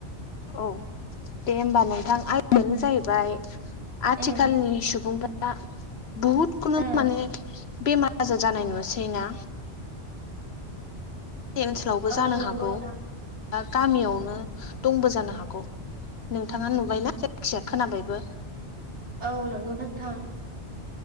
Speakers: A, on the left; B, on the right.
A: औ दे होमबा नोंथां आयानो जाहैबाय आथिखालनि
B: उम
A: सुबुंफोरा बहुद खुनु
B: उम
A: माने बेमार आजार जानाय नुसै ना ओनसोलावबो जानो
B: औ नंगौ
A: हागौ
B: नोंथां
A: बागामियावनो दंबो जानो हागौ। नोंथाङा नुबायना जायखिजाया खोनाबायबो
B: औ नंगौ नोंथां